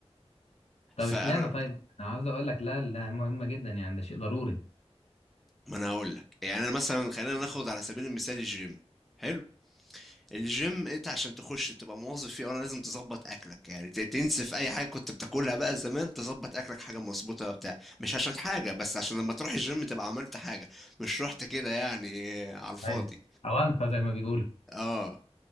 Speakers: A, on the left (about 70°); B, in the centre.
A: طب
B: فانا
A: اشمعنى طيب انا عاوز اقول لك لا لا مهمه جدا يعني ده شيء ضروري
B: ما انا هقول لك يعني انا مثلا خلينا ناخد على سبيل المثال الجيم حلو الجيم انت عشان تخش تبقى موظف فيه أه، انا لازم تظبط اكلك يعني ت- تنسف اي حاجه كنت بتاكلها بقى زمان تظبط اكلك حاجه مظبوطه بتاع مش عشان حاجه بس عشان لما تروح الجيم تبقى عملت حاجه مش رحت كده يعني على الفاضي
A: ايوه أوانطة زي ما بيقولوا
B: اه